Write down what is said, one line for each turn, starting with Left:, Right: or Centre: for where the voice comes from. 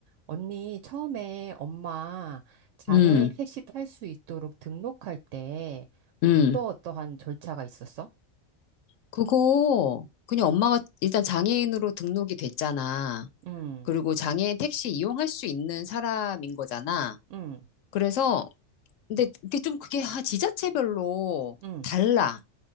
Right: 언니, 처음에 엄마 장애인
Left: 음,
Right: 택시 탈 수 있도록 등록할 때
Left: 음.
Right: 어떠어떠한 절차가 있었어?
Left: 그거, 그냥 엄마가 일단 장애인으로 등록이 됐잖아.
Right: 응,
Left: 그리고 장애인 택시 이용할 수 있는 사람인 거잖아.
Right: 응,
Left: 그래서, 근데 이게 좀 그게 아, 지자체별로
Right: 응.
Left: 달라.